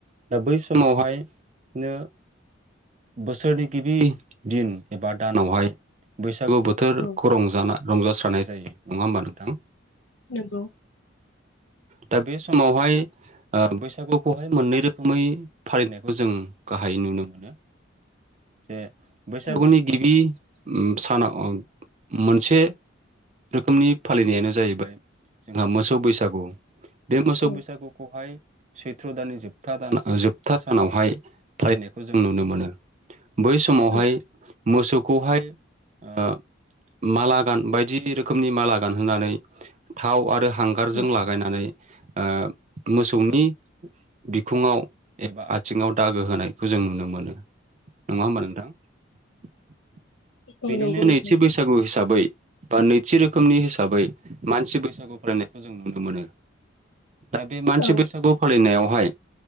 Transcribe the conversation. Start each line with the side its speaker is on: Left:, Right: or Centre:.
Right: दा बै समावहायनो बोसोरनि गिबि दिन एबा दानावहाय बैसा सागु बोथोरखौ
Left: औ
Right: रंजा रंजास्रानाय जायो नङा होमबा नोंथां?
Left: नंगौ
Right: दा बे समावहाय ओ बैसागुखौहाय मोननै रोखोमै फालिनायखौ जों गाहायै नुनो मोनो जे बैसागुनि
Left: औ
Right: गिबि ओम सानाव ओम मोनसे रोखोमनि फालिनायानो जाहैबाय जोंहा मोसौ बैसागु गु बे मोसौ
Left: औ
Right: बैसागुखौहाय सैथ्र' दाननि जोबथा दान जोबथा सानावहाय थायनायखौ जों नुनो मोनो बै समावहाय
Left: औ
Right: मोसौखौहाय ओ माला गान बायदि रोखोमनि माला गान होनानै थाव आरो हांगारजों
Left: औ
Right: ला गायनानै ओ मोसौनि बिखङाव एबा आथिङाव दागो होनायखौ जों नुनो मोनो नङा होमबा नोंथां? <inaudible> बेनिनो
Left: औ नंगौ नोंथां
Right: नैथि बैसागु हिसाबै बा नैथि रोखोमनि हिसाबै मानसि बैसागु फरायनायखौ जों नु नो मोनो दा बे मानसि
Left: औ
Right: बैसागु फालिनायाव -हाय